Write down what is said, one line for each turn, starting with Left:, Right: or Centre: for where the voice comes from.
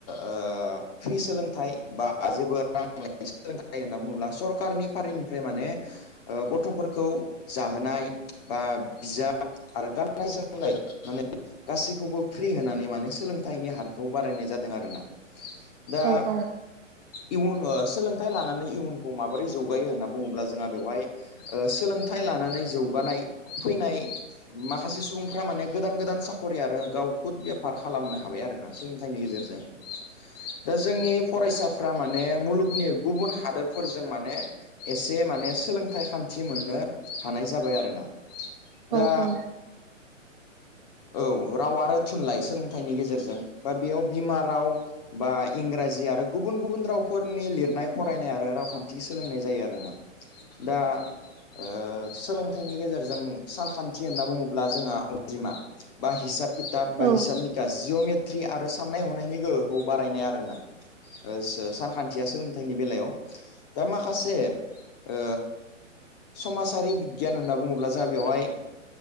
Left: ओ फ्रि सोलोंथाइ बा <unintelligible> होनना बुङोब्ला सरखारनि फारिनिफ्राय माने ओ गथ'फोरखौ जाहोनाय बा बिजाब आरो गाननाय जोमनाय माने <unintelligible> गासैखौबो फ्रि होनानै माने सोलोंथाइनि हारखौ बारायनाय जादों आरोना। दा
Right: औ औ
Left: इयुन ओ सोलोंथाइ लानानै इयुनखौ माबोरै जौगायो होनना बुङोब्ला जोंहा बेवहाय ओ सोलोंथाइ लानानै जौगानाय फैनाय माखासे सुबुंफ्रा माने गोदान गोदान साख <unintelligible> गावखौ बेफार खालामनो हाबाय आरोना सोलोंथाइनि गेजेरजों दा जोंनि फरायसाफ्रा माने मुलुगनि गुबुन हादोरफोरजों माने एसे माने सोलोंथाइ खान्थि मोननो हानाय जाबाय आरोना। दा
Right: औ -औ।
Left: औ राव आरो थुनलाइ सोलोंथाइनि गेजेरजों बा बेयाव बिमा राव बा इंराजि आरो गुबुन - गुबुन रावफोरनि लिरनाय फरायनाय आरो रावखान्थि सोलोंनाय जायो आरोना। दा ओ सोलोंथाइनि गेजेरजों सानखान्थि होनना बुङोब्ला जोंहा अनजिमा बा हिसाब खिथाब बा
Right: औ
Left: हिसाब निखा जिअ'मेट्रि आरो साननाय हनायनि गोहोखौ बारायनाय आरोना। ओ सानखान्थिया सोलोंथाइनि बेलायाव दा माखासे ओ समाजारि बिगियान होनना बुङोब्ला जों बेवहाय